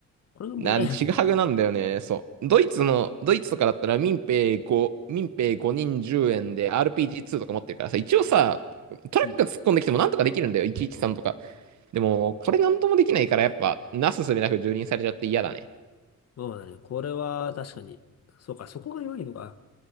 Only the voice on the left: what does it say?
これが問題なんだよね。
うん。
まあね、これは確かに、そうか、そこが弱いのか。